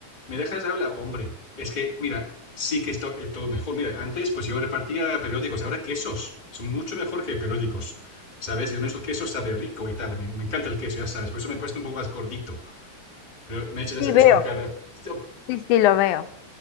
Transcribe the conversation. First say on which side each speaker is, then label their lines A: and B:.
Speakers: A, on the left; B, on the left.
A: ¿Me dejas hablar? Hombre, es que, mira, sí que esto es todo mejor. Mira, antes pues yo repartía periódicos, ahora quesos. Son mucho mejor que periódicos, ¿sabes? Y al menos el queso sabe rico y tal. Me, me encanta el queso, ya sabes. Por eso me he puesto un poco más gordito. Pero me echas
B: Sí,
A: eso
B: veo.
A: en cara. Oh,
B: Sí, sí, lo veo.